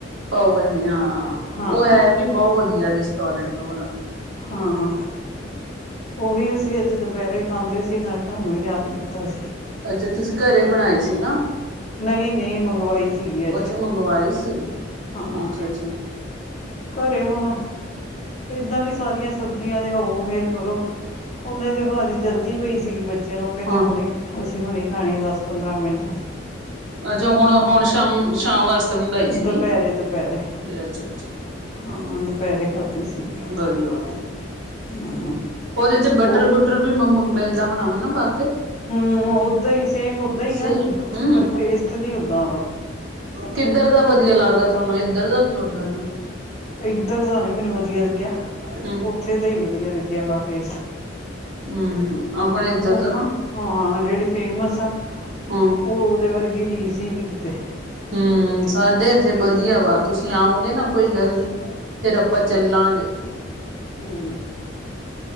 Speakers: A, on the right (about 85°); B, on the left (about 35°).
A: ਪਾਓ ਭਾਜੀ ਹਾਂ,
B: ਹਾਂ
A: ਉਹ ਹੈ ਵੀ ਬਹੋਤ ਵਧੀਆ ਰੈਸਟੋਰੈਂਟ ਓ ਦਾ।
B: ਹਾਂ- ਹਾਂ। ਉਹੀ ਅਸੀਂ ਅੱਜ ਦੁਪਹਿਰੇ ਖਾਂਦੇ ਸੀ ਨਾਲੇ ਤੁਹਾਨੂੰ ਯਾਦ ਕੀਤਾ ਸੀ।
A: ਅੱਛਾ ਤੁਸੀਂ ਘਰੇ ਬਣਾਈ ਸੀ ਨਾ।
B: ਨਹੀਂ- ਨਹੀਂ ਮੰਗਵਾਈ ਸੀਗੀ ਅੱਜ,
A: ਅੱਛਾ ਮੰਗਵਾਏ ਸੀ
B: ਹਾਂ।
A: ਅੱਛਾ ਅੱਛਾ
B: ਘਰੇ ਹੁਣ ਏਦਾਂ ਵੀ ਸਾਰੀਆਂ ਸਬਜ਼ੀਆਂ ਲਿਆਓ ਫੇਰ ਕਰੋ। ਉਹਨੇ ਜਦੋਂ ਅੱਜ ਜਲਦੀ ਪਈ ਸੀਗੀ ਬੱਚਿਆਂ ਨੂੰ ਕਹਿੰਦੇ
A: ਹਾਂ
B: ਹੁਣੇ ਅਸੀਂ ਹੁਣ ਈ ਖਾਣੀ ਏ ਦਸ ਪੰਦਰਾਂ ਮਿੰਟ।
A: ਅੱਛਾ ਹੁਣ- ਹੁਣ ਸ਼ਾਮ- ਸ਼ਾਮ ਵਾਸਤੇ? ਤਾਂ ਮੰਗਾਈ ਸੀਗੀ,
B: ਦੁਪਹਿਰੇ ਦੁਪਹਿਰੇ
A: ਅੱਛਾ-ਅੱਛਾ।
B: ਹਾਂ ਦੁਪਹਿਰੇ ਖਾਧੀ ਸੀਗੀ
A: ਵਧੀਆ ਵਾ।
B: ਹਮ
A: ਉਹਦੇ ਚ ਬਟਰ-
B: ਉਹ
A: ਬੁਟਰ ਵੀ ਮਿਲਦਾ ਹੋਣਾ ਵਾ ਨਾ ਪਾ ਕੇ।
B: ਹੂੰ ਓਦਾਂ ਹੀ ਸੇਮ ਓਦਾਂ ਹੀ
A: ਸਹੀ
B: ਆ
A: ਹਮ
B: ਪਰ ਟੇਸਟ ਨੀ ਓਦਾਂ ਹੈਗਾ।
A: ਕਿੱਧਰ ਦਾ ਵਧੀਆ ਲੱਗਦਾ ਤੁਹਾਨੂੰ ਇੱਧਰ ਦਾ? ਉੱਧਰ ਦਾ
B: ਇੱਧਰ ਦਾ ਨੀ ਮੈਨੂੰ ਵਧੀਆ ਲੱਗਿਆ,
A: ਹਮ
B: ਉੱਥੇ ਤਾਂ ਹੀ ਵਧੀਆ ਲੱਗਿਆ ਮੈਨ ਟੇਸਟ।
A: ਹੂੰ, ਆਪਣੇ ਇੱਧਰ
B: ਉਹ
A: ਦਾ ਨਾ।
B: ਹਾਂ ਜਿਹੜੀ ਫੇਮਸ ਆ,
A: ਹਾਂ
B: ਉਹ ਉਹਦੇ ਵਰਗੀ ਰੀਸ ਹੀ ਨੀ ਕਿਤੇ।
A: ਹੂੰ ਸਾਡੇ ਇੱਥੇ ਵਧੀਆ ਵਾ ਤੁਸੀਂ ਆਓਗੇ ਨਾ ਕੋਈ ਗੱਲ ਨੀ- ਫੇਰ ਆਪਾਂ ਚੱਲਾਂਗੇ।
B: ਹੂੰ,